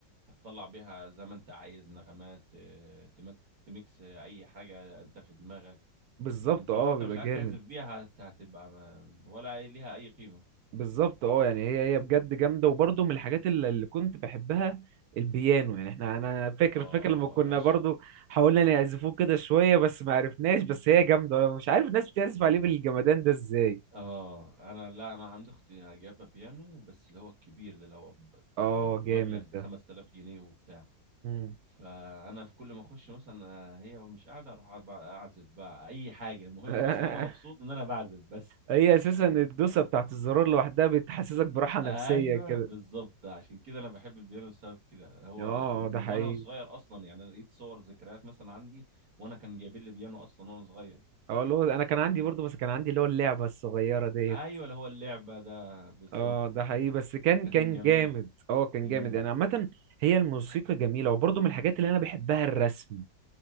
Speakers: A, on the right; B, on the right.
A: هتطلع بيها زي ما انت عايز نغمات آه، تمك... تميكس آه، اي حاجه انت في دماغك
B: بالظبط
A: لكن طالما
B: اه
A: انت
B: بيبقى
A: مش عارف
B: جامد
A: تعزف بيها هت... هتبقى ما... ولا أي- ليها اي قيمه
B: بالظبط اه يعني هي هي بجد جامده وبرضه من الحاجات اللي اللي كنت بحبها البيانو يعني احنا انا فاكر
A: اه
B: فاكر لما كنا
A: العش
B: برضه حاولنا نعزفوه كده شويه بس ما عرفناش بس هي جامده انا مش عارف الناس بتعزف عليه بالجمدان ده ازاي
A: اه انا لا انا عندي اختي جايبه بيانو بس اللي هو الكبير ده اللي هو ب-
B: اه
A: ب- بمبلغ
B: جامد
A: ب
B: ده
A: 5000 جنيه وبتاع
B: مم.
A: فانا في كل ما اخش مثلا آه، هي ومش قاعده اروح أقعد بقى اعزف بقى اي حاجه المهم
B: <laughs>
A: بس انا مبسوط ان انا بعزف بس
B: هي اساسا الدوسه بتاعت الزرار لوحدها بتحسسك براحه نفسيه
A: ايوه
B: كده
A: بالظبط عشان كده انا بحب البيانو بسبب كده هو
B: اه
A: من
B: ده حقيقي
A: وانا صغير اصلا يعني لقيت صور ذكريات مثلا عندي وانا كان جايبين لي بيانو اصلا وانا صغير
B: اه اللي هو انا كان عندي برضو بس كان عندي اللي هو اللعبه الصغيره ديت
A: ايوه اللي هو اللعبه ده بالظبط
B: اه ده حقيقي بس كان
A: ده
B: كان
A: كان جميل
B: جامد اه كان
A: امم
B: جامد يعني عامه هي الموسيقى جميله وبرضو من الحاجات اللي انا بحبها الرسم